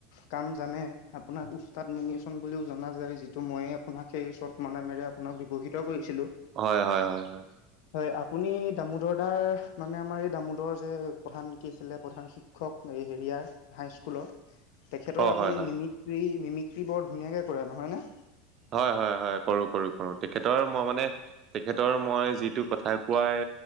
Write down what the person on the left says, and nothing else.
কাম জানে, আপোনাক উস্তাদ মেনিচন বুলিও জনা যায়। যিটো মই আপোনাক সেই চত মানে মই আপোনাক ব্যৱহিত কৰিছিলো।
হয়, আপুনি দামোদৰ দাৰ মানে আমাৰ এই দামোদৰ যে প্ৰধান কি আছিলে প্ৰধান শি শিক্ষক এই হেৰিয়াৰ হাইস্কুলৰ। তেখেতৰ
আপুনি
মিমিক্ৰী, মিমিক্ৰী বৰ ধুনীয়াঁ কে কৰে। নহয় নে?